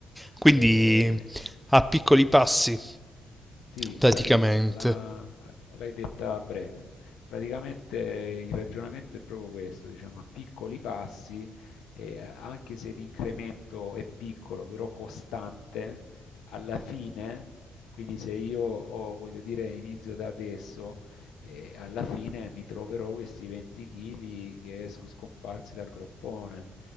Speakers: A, in the centre; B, on the left.
A: Quindi
B: Eh,
A: a piccoli passi,
B: sì,
A: praticamente.
B: bravissimo, la- l'hai detta a breve. Praticamente il ragionamento è proprio questo, diciamo, a piccoli passi, eh, anche se l'incremento è piccolo, però costante, alla fine, quindi se io ho- voglio dire inizio da adesso, eh, alla fine mi troverò questi 20 kg che sono scomparsi dal groppone.